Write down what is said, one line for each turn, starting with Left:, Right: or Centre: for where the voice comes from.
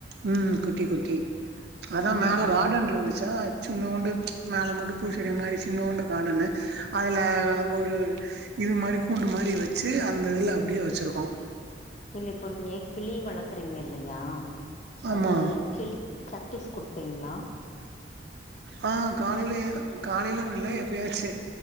Right: ம் குட்டி குட்டி அதா
Left: ம்
Right: மேல
Left: ம்
Right: காடன் இருந்துச்சா சின்னோண்டு மேல மட்டு பூச்செடி மாரி சின்னோண்டு காடனு அதுல அங்கொரு இது மாரி கூண்டு மாரி வெச்சு அந்த இதுல அப்டியே வெச்சிருக்கோ
Left: இல்ல இப்போ நீங்க கிளி வளக்குறீங்க இல்லையா
Right: ஆமா
Left: அது கிளி பிராக்டிஸ் குடுப்பீங்ளா
Right: ஆ காலைல காலைலன் இல்ல எப்பயாச்சு